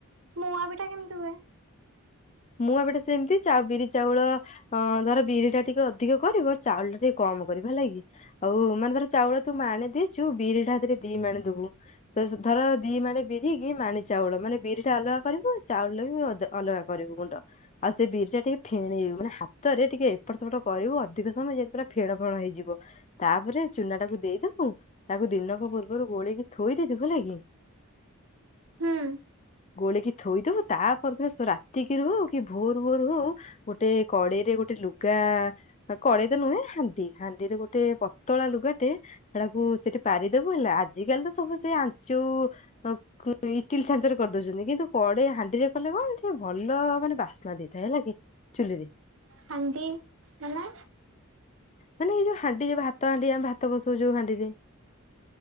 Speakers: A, on the right (about 65°); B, on the left (about 30°).
A: ମୁଆଁ ପିଠା କେମିତି ହୁଏ?
B: ମୁଆଁ ପିଠା ସେମିତି ବିରି ଚାଉଳ ହଁ ଧର ବିରି ଟା ଟିକେ ଅଧିକ କରିବ ଚାଉଳ ଟା ଟିକେ କମ କରିବା ହେଲାକି। ଆଉ ମାନେ ଧର ଚାଉଳ ତୁ ମାଣେ ଦେଇଛୁ ବିରି ଟା ହେଥିରେ ଦି ମାଣେ ଦବୁ। ତ ଧର ଦି ମାଣେ ବିରି କି ମାଣେ ଚାଉଳ ମାନେ ବିରି ଟା ଅଲଗା କରିବୁ ଚାଉଳ ବି ଅଲଗା କରିବୁ। କରିବୁ ଗୁଣ୍ଡ ଆଉ ସେ ବିରି ଟା ଟିକେ ଫେଣେଇବୁ ମାନେ ହାତରେ ଟିକେ ଏପଟ ସେପଟ କରିବୁ ଅଧିକ ସମୟ ଯେମିତି ପୁ ଫେଣ ଫେଣ ହେଇଯିବ। ତାପରେ ଚୁନା ଟାକୁ ଦେଇଦବୁ ତାକୁ ଦିନକ ପୂର୍ବରୁ ଗୋଳେଇକି ଥୋଇ ଦେଇଥିବୁ। <unintelligible> କି।
A: ହୁଁ।
B: ଗୋଳିକି ଥୋଇଦବୁ ତାପରେ ଦିନ ସେ ରା ରାତିକି ରୁ ହଉ କି ଭୋର ଭୋର ହଉ ଗୋଟେ କଡେଇରେ ଗୋଟେ ଲୁଗା କଡେଇ ତ ନୁହେଁ ହାଣ୍ଡି ହାଣ୍ଡିରେ ଗୋଟେ ପତଳା ଲୁଗା ଟେ ସେଟାକୁ ସେଠି ପାରିଦବୁ ହେଲା ଆଜିିକାଲି ତ ସବୁ ସେ ଯୋଉ ଇଟିଲ୍ ଛାଞ୍ଚ ରେ କରିଦଉଛନ୍ତି କିନ୍ତୁ କଡେଇ ହାଣ୍ଡିରେ କଲେ କଣ ଟିକେ ଭଲ ମାନେ ବାସ୍ନା ଦେଇଥାଏ ହେଲା କି ଚୁଲି ରେ।
A: ହାଣ୍ଡି ମାନେ?
B: ମାନେ ଯୋଉ ହାଣ୍ଡି ଭାତ ହାଣ୍ଡି ଆମେ ଭାତ ବସଉ ଯୋଉ ହାଣ୍ଡିରେ।